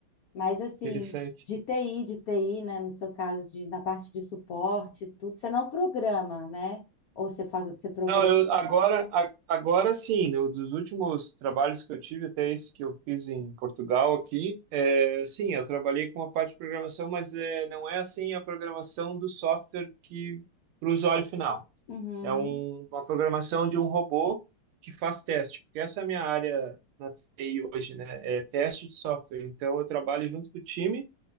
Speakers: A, on the left; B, on the right.
A: Mas assim,
B: Interessante.
A: de TI, de T I né? No seu caso, de, na parte de suporte, tudo, você não programa, né? Ou você faz, você programa.
B: Não, eu agora, a- agora sim, no- dos últimos trabalhos que eu tive, até esse que eu fiz em Portugal aqui, é, sim, eu trabalhei com a parte de programação, mas é, não é assim a programação do software que para o usuário final.
A: Uhum,
B: É um, uma programação de um robô que faz teste, porque essa é a minha área na TI hoje, né? É teste de software. Então, eu trabalho junto com o time